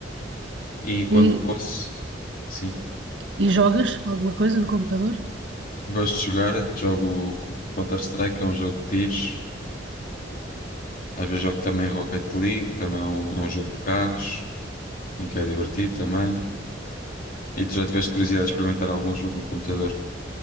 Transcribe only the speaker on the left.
E quando
posso, sim,
gosto de jogar, jogo Counter-Strike, é um jogo de tiros. Às vezes jogo também Rocket League, também é um, é um jogo de carros. em que é divertido também. E tu já tiveste curiosidade de experimentar algum jogo no computador?